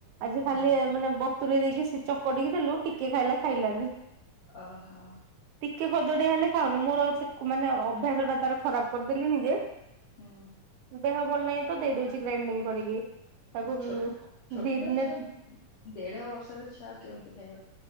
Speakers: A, on the right; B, on the left.
A: ଆଜି
B: ହଁ।
A: ଖାଲି ମାନେ ବତୁରେଇ ଦେଇକି ସେ ଚକଟିକି ଦେଲୁ, ଟିକେ ଖାଇଲା, ଖାଇଲାନି।
B: ଓହୋ।
A: ଟିକିଏ ଖଦଡିଆ ହେଲେ ଖାଉନି, ମୋର ମାନେ ଅଭ୍ୟାସଟା ତାର ଖରାପ କରିଦେଲିଣି ଯେ
B: ହୁଁ।
A: ଦେହ ଭଲ ନାହିଁ ତ, ଦେଇ ଦଉଛି ଗ୍ରାଇଣ୍ଡିଙ୍ଗ କରିକି। ତାକୁ
B: ଛୋଟ
A: ଉଁ
B: ଛୋଟ
A: ଦି ଦିନେ
B: ଛୁଆ ଦେଢ ବର୍ଷର ଛୁଆ, ଆଉ କେମିତି ଖାଇବ?